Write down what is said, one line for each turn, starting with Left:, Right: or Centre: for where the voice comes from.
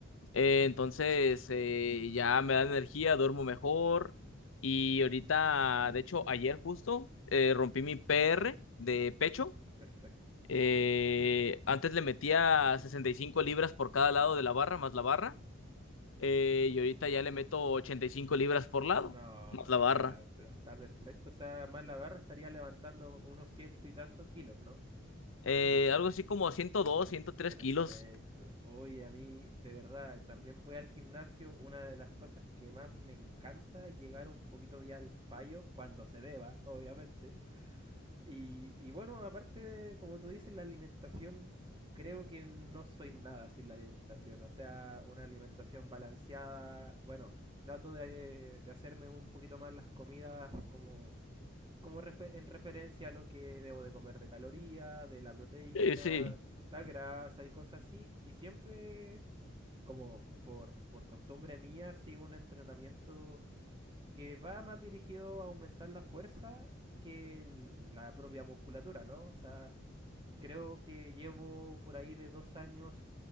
Left: Eh, entonces eh, ya me da energía, duermo mejor y ahorita, de hecho, ayer justo eh, rompí mi PR de pecho.
Right: Perfecto.
Left: Eh,
Right: Súper.
Left: antes le metía 65 libras por cada lado de la barra, más la barra. Eh, y ahorita ya le meto 85 libras por lado,
Right: No,
Left: más
Right: está,
Left: la barra.
Right: pero está perfecto. O sea, más la barra estaría levantando unos ciento y tantos kilos, ¿no?
Left: Eh, algo así como ciento dos, ciento tres
Right: Perfecto.
Left: kilos.
Right: Oye, a mí, de verdad, también voy al gimnasio. Una de las cosas que más me encanta es llegar un poquito ya al fallo, cuando se deba, obviamente. Y, y bueno, aparte, de, como tú dices, la alimentación, creo que no soy nada sin la alimentación. O sea, una alimentación balanceada. Bueno, trato de, de hacerme un poquito más las comidas como como refe- en referencia a lo que debo de comer de calorías, de la proteína,
Left: Sí, sí.
Right: la grasa y cosas así. Y siempre, como por, por costumbre mía, sigo un entrenamiento que va más dirigido a aumentar la fuerza que el- la propia musculatura, ¿no? O sea, creo que llevo por ahí de dos años,